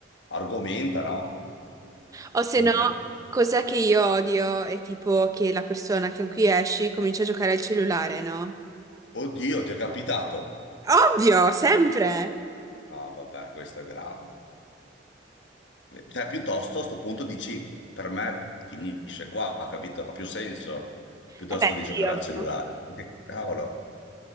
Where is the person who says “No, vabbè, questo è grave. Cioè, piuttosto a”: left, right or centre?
Left